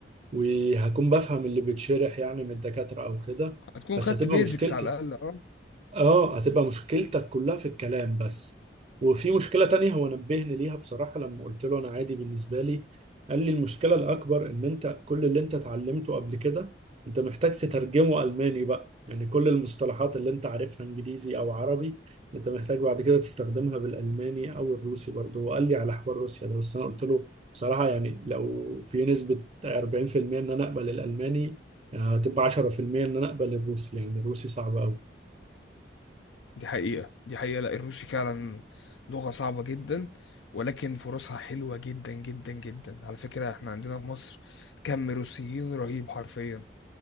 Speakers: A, on the right; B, on the left.
A: وهكون بفهم اللي بيتشرح يعني من الدكاترة أو كده
B: هتكون
A: بس
B: خدت
A: هتبقى
B: بيزكس
A: مشكلتي
B: على الاقل اه
A: اه هتبقى مشكلتك كلها في الكلام بس وفي مشكلة تانية هو نبهني ليها بصراحة لما قلت له انا عادي بالنسبة لي قال لي المشكلة الاكبر ان انت كل اللي انت اتعلمته قبل كده انت محتاج تترجمه الماني بقى يعني كل المصطلحات اللي انت عارفها انجليزي او عربي انت محتاج بعد كده تستخدمها بالالماني او الروسي برضه هو قال لي على حوار روسيا ده بس انا قلت له بصراحة يعني لو في نسبة 40% ان انا اقبل الالماني آه، هتبقى 10% ان انا اقبل الروسي يعني الروسي صعب
B: دي حقيقه دي حقيقه لا الروسي فعلا لغه صعبه جدا ولكن فرصها حلوه جدا جدا جدا على فكره احنا عندنا في مصر كم روسيين رهيب حرفيا